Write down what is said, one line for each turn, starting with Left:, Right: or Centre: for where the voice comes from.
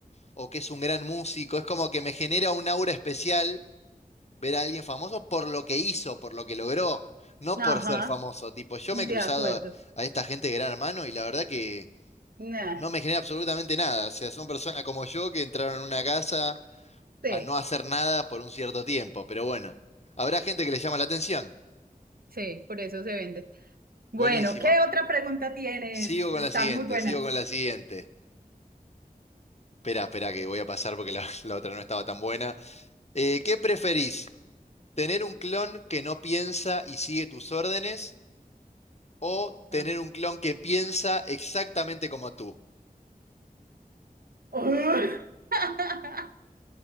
Left: o que es un gran músico. Es como que me genera un aura especial ver a alguien famoso por lo que hizo, por lo que logró, no
Right: Ajá,
Left: por ser famoso. Tipo, yo
Right: de
Left: me he cruzado
Right: acuerdo.
Left: a, a esta gente de Gran Hermano y la verdad que
Right: Nah,
Left: no me genera absolutamente nada. O sea, son personas como yo que entraron en una casa
Right: sí,
Left: a no hacer nada por un cierto tiempo. Pero bueno, habrá gente que le llama la atención.
Right: sí, por eso se vende. Bueno,
Left: Buenísimo.
Right: ¿Qué otra pregunta tienes?
Left: Sigo con
Right: Están
Left: la siguiente,
Right: muy buenas.
Left: sigo con la siguiente. Espera, espera, que voy a pasar porque la, <laughs> la otra no estaba tan buena. Eh, ¿qué preferís? ¿Tener un clon que no piensa y sigue tus órdenes? ¿O tener
Right: ah,
Left: un clon que piensa exactamente como tú?
Right: ¡Ugh! <laughs>